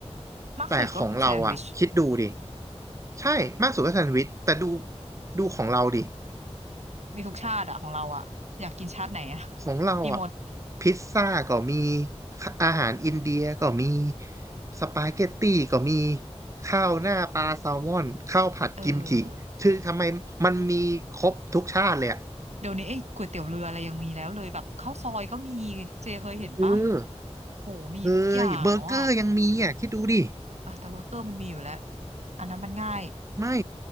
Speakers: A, on the right; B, on the right.
A: มากสุดก็แซนด์วิช
B: แต่ของเราอ่ะคิดดูดิใช่มากสุดก็แซนด์วิชแต่ดูดูของเราดิ
A: มีทุกชาติอะของเราอะอยากกินชาติไหนอะ
B: ของเราอ่ะ
A: มีหมด
B: พิซซ่าก็มีอาหารอินเดียก็มีสปาเกตตี้ก็มีข้าวหน้าปลาแซลมอนข้าวผัดกิมจิคือทำไมมันมีครบทุกชาติเลยอ่ะ
A: เออเดี๋ยวนี้ไอ้ก๋วยเตี๋ยวเรืออะไรยังมีแล้วเลยแบบข้าวซอยก็มีเจเคยเห็นปะ
B: เออ
A: โหมีทุกอย่างอะว่ะ
B: เฮ้ยเบอร์เกอร์ยังมีอ่ะคิดดูดิ
A: เออแต่เบอร์เกอร์มันมีอยู่แล้วอันนั้นมันง่าย
B: ไม่